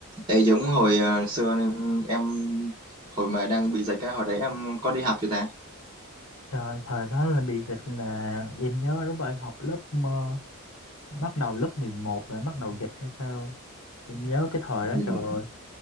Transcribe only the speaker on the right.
Ê giống hồi ờ, xưa em, em hồi mà đang bị dịch á hồi đấy em có đi học chưa ta?
Đi
ngủ.